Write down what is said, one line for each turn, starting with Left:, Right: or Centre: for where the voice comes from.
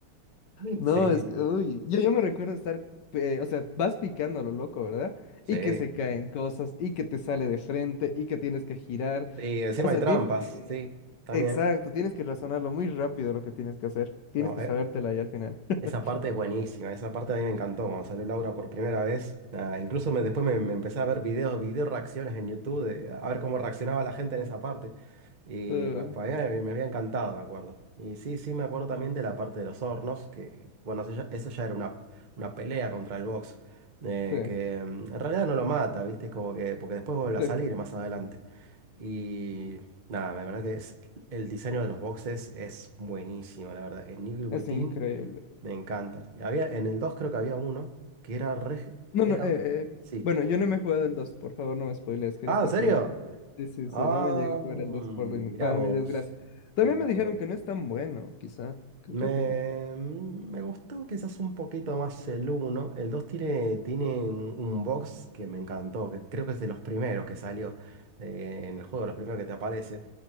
Right: <laughs>
Left: No,
Right: Sí,
Left: es
Right: lit-
Left: que, uy, yo, yo me recuerdo estar, eh, o sea, vas picando a lo loco, ¿verdad?
Right: sí.
Left: Y que se caen cosas, y que te sale de frente, y que tienes que girar.
Right: Sí, encima
Left: O sea,
Right: hay trampas,
Left: tienes que,
Right: sí, también.
Left: exacto, tienes que razonarlo muy rápido lo que tienes que hacer. Tienes
Right: No,
Left: que
Right: e,
Left: sabértela ahí al final. <laughs>
Right: Esa parte es buenísima, esa parte a mí me encantó cuando salió Laura por primera vez. Nada, incluso me, después me, me empecé a ver videos, video reacciones en YouTube, de, a ver cómo reaccionaba la gente en esa parte. Y
Left: Eh,
Right: pa- para mí me, me había encantado, me acuerdo. Y sí, sí, me acuerdo también de la parte de los hornos, que bueno, eso ya, eso ya era una, una pelea contra el box, eh,
Left: sí,
Right: que mm, en realidad no lo mata, ¿viste? Es como que, porque después vuelve a
Left: sí,
Right: salir más adelante. Y nada, la verdad que es, el diseño de los boxes es buenísimo, la verdad. En Evil Within.
Left: es increíble.
Right: Me encantan. Y Había, en el 2 creo que había uno que era re...
Left: No,
Right: Era...
Left: no, eh, eh,
Right: Sí.
Left: bueno, yo no me he jugado el 2, por favor, no me spoilees, quería
Right: Ah,
Left: platinar.
Right: ¿en serio?
Left: Sí, sí,
Right: Ah,
Left: sí, no me llegué a jugar
Right: mi-
Left: el 2 por, mi-
Right: mirá
Left: para
Right: vos.
Left: mi desgracia. También
Right: Mirá
Left: me dijeron
Right: vos.
Left: que no es tan bueno, quizá. ¿Qué,
Right: Me,
Left: qué opinas?
Right: me gustó quizás un poquito más el uno El 2 tiene, tiene un un box que me encantó, que creo que es de los primeros que salió eh, en el juego, los primeros que te aparecen.